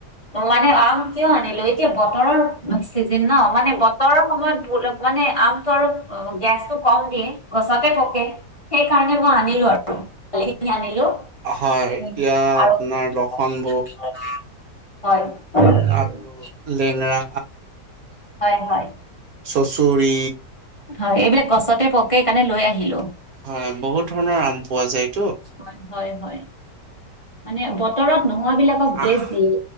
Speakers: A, on the left; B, on the right.
A: মানে আম কিয় আনিলো এতিয়া বতৰৰ চিজিন ন মানে বতৰৰ সময়ত। অলপ মানে আমটো আৰু গেছটো কম দিয়ে গছতে পকে সেই কাৰণে মই আনিলো আৰু কালিখিনি আনিলো।
B: হয় এতিয়া
A: উম, আৰু
B: আপোনাৰ লখন
A: <unintelligible> হয় <unintelligible>
B: আৰু লেঙৰা
A: হয় হয়।
B: চৌ চৰি
A: হয় এইবিলাক গছতে পকে সেইকাৰণে লৈ আহিলো।
B: হয় বহুত ধৰণৰ আম পোৱা যায়।
A: হয় হয় হয় মানে বতৰত নোহোৱাবিলাকক গেছ
B: আহ
A: দিয়ে।